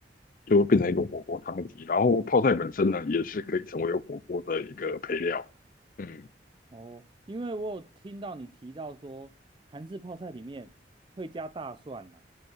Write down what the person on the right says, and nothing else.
哦，因为我有听到你提到说韩式泡菜里面会加大蒜呐、